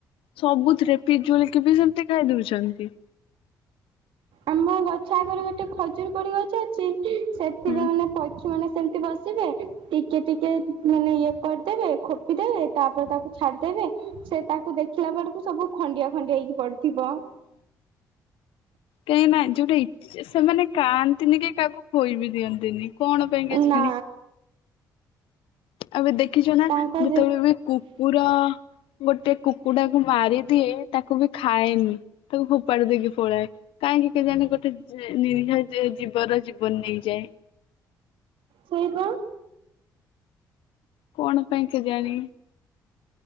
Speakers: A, on the left; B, on the right.
A: ସବୁଥିରେ ପିଜୁଳିି କି ବି ସେମ୍ତି ଖାଇ ଦଉଛନ୍ତି।
B: ଆମ ଗଛ ଆଗରେ ଗୋଟେ ଖଜୁରୀ କୋଳି ଗଛ ଅଛି ସେଥିରେ
A: ହୁଁ।
B: ଆମେ ସେମିତି ବସିବେ ଟିକେ ଟିକେ ମାନେ ଇଏ କରିଦେବେ ଖୋପିଦେବେ ତାପରେ ତାକୁ ଛାଡିଦେବେ ସେ ତାକୁ ଦେଖିଲା ବେଳକୁ ସବୁ ଖଣ୍ଡିଆ ଖଣ୍ଡିଆ ହେଇକି ପଡିଥିବ।
A: କେହି ନାହିଁ, ଯୋଉଟା ସେମାନେ କାଆନ୍ତିନି କି କାହାକୁ ଖୋଇ ବିି ଦିଅନ୍ତିନି। କଣ ପାଇଁ କେଜାଣି?
B: ନା
A: ଏବେ ଦେଖିଛ ନା
B: ତାଙ୍କ
A: ଯେତେବେଳେ
B: ଯେ
A: ବି କୁକୁର ଗୋଟେ କୁକୁଡାକୁ ମାରିଦିଏ ତାକୁ ବି ଖାଏନି ତାକୁ ଫୋପାଡ଼ି ଦେଇକି ପଳାଏ। କାହିଁକି କେଜାଣି ଗୋଟେ ନିରିହ ଜୀବର ଜୀବନ ନେଇଯାଏ।
B: ସେଇପା।
A: କଣ ପାଇଁ କେଜାଣି?